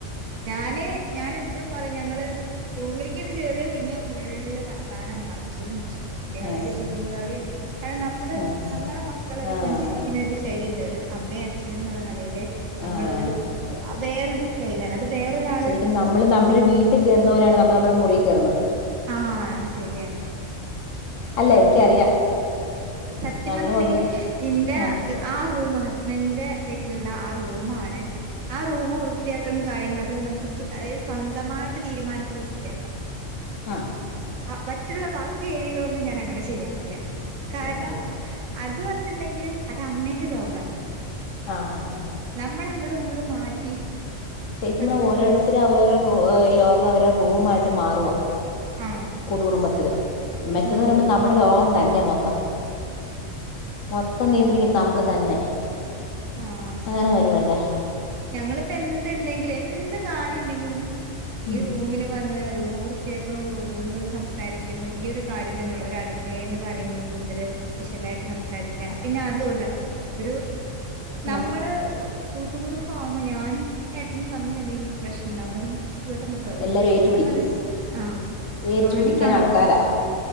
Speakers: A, on the right; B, on the left.
A: ഞാന് ഞാൻ എപ്പഴും പറയും ഞ റൂമിലേക്കാണ് കേയറിയ പിന്നെ ഫുള്ള് വർത്താനം പറച്ചിലും കുട്ടികളായിട്ട്
B: ആഹ്
A: ശെരിങ്കളിയും കാരണം നമ്മള്
B: ആഹ്
A: നമ്മളെ മക്കള അവര്
B: ആഹ്
A: കൊഞ്ചിപ്പിക്കുന്ന ഒരു ശൈലി ഉണ്ട് ഒരു അമ്മയും അച്ഛനും എന്നുള്ള നിലയില് നമ്മളൊരു
B: ആ
A: വേറൊരു സ്റ്റൈല് ആണ് അത് വേറൊരാള്
B: ശരിക്കും നമ്മള് നമ്മുടെ ഒരു വീട്ടിൽ കയറുന്ന പോരെയാണ് നമ്മള് നമ്മുടെ മുറിയിൽ കയറുന്നത്
A: ആ ശരിയാണ്
B: അല്ല എനിക്കറിയാം
A: സത്യം
B: ഞങ്ങളും
A: പറഞ്ഞിട്ടുണ്ടെങ്കില്
B: ഒന്ന്
A: ഇന്റെ
B: ആഹ്
A: ആ റൂം മ്മന്റെ വീട്ടിലുള്ള ആ റൂമാണ് ആ റൂമ് വൃത്തിയാക്കലും കാര്യങ്ങളും അത് നമുക്ക് അതായത് സ്വന്തമായിട്ട് തീരുമാനത്തിൽ വൃത്തിയാക്കാം
B: ആഹ്
A: മറ്റുള്ള ബാക്കി ഏരിയകളൊന്നും ഞാൻ അങ്ങനെ ചെയ്യാറില്ല കാരണം
B: ചെയ്യാറില്ല
A: അത് പറഞ്ഞിട്ടുണ്ടെങ്കില് അത് അമ്മേന്റെ ലോകാണ്
B: ആ ആ
A: നമ്മളെ അങ്ങട് ഉങ്ങടും മാറ്റി
B: ശരിക്കും
A: വെക്കുന്നത്
B: പറഞ്ഞ ഓരോരുത്തരും അവരടെ റ ലോകം അവരുടെ റൂമായിട്ട് മാറുവാ
A: ആഹ്
B: കൂട്ടുകുടുംബത്തില് മറ്റേത്
A: ആഹ്
B: പറയുമ്പോ നമ്മുടെ രോഗം തന്നെ മൊത്തം മൊത്തം നിയന്ത്രിക്കുന്ന നമ്മള് തന്നെ
A: ആഹ്
B: അങ്ങനെ വരുവല്ലേ
A: ഞങ്ങളിപ്പോ എന്തുണ്ടെങ്കിലും എന്ത് കാര്യം ഉണ്ടെങ്കിലും
B: ഉം
A: ഈ റൂമില് വന്ന് റൂം വൃത്തിയാക്കുണു റൂമന്ന് സംസാരിക്ക്ണു ഈ ഒരു കാര്യം തന്നെ ഉള്ളൂ ഒരു അടുക്കളേന്ന് കാര്യങ്ങൾ കൂടുതല് വിശദായിട്ട് സംസാരിക്കാ പിന്നെ അതുഅല്ല ഒരു നമ്മള്
B: ആഹ്
A: കൂട്ടു കുടുംബ ആവുമ്പോ ഞാനും ഏട്ടനും തമ്മിൽ എന്തെങ്കിലും പ്രശ്നംണ്ടാവും ചുറ്റുവട്ടം മൊത്തം അറിയും
B: എല്ലാരും
A: ചുറ്റുവട്ടംന്ന്റയു
B: ഏറ്റുപിടിക്കും
A: ആ
B: ഏറ്റുപിടിക്കാൻ
A: കാരണം നാം
B: ആൾക്കാരാ